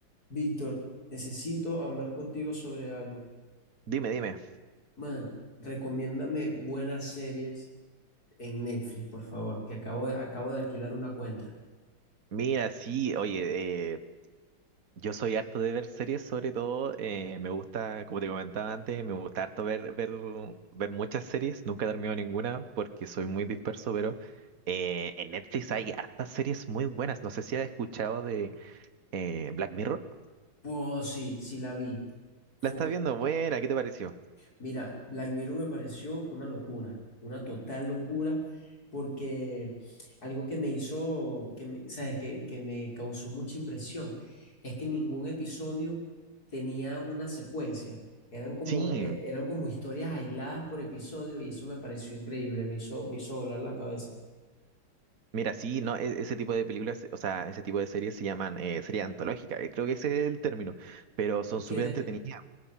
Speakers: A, on the left; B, on the right.
A: Víctor, necesito hablar contigo sobre algo.
B: Dime, dime.
A: Man, recomiéndame buenas series en Netflix, por favor, que acabo de, acabo de alquilar una cuenta.
B: Mira, sí, oye, eh, yo soy harto de ver series, sobre todo, eh, me gusta, como te comentaba antes, me gusta harto ver, ver, ver muchas series, nunca termino ninguna porque soy muy disperso, pero eh, en Netflix hay hartas series muy buenas. No sé si has escuchado de eh, Black Mirror.
A: Oh, sí, sí la vi. Fue,
B: La estás viendo, buena, ¿qué te pareció?
A: Mira, Black Mirror me pareció una locura, una total locura, porque algo que me hizo, que me- ¿sabes? Que, que me causó mucha impresión es que ningún episodio tenía una secuencia. Eran como,
B: Sí,
A: eh, eran como historias aisladas por episodio y eso me pareció increíble, me hizo, me hizo volar la cabeza.
B: mira, sí, no, e- ese tipo de películas, o sea, ese tipo de series se llaman eh, series antológicas, eh, creo que ese es el término, pero son
A: Ok,
B: súper entretenidas.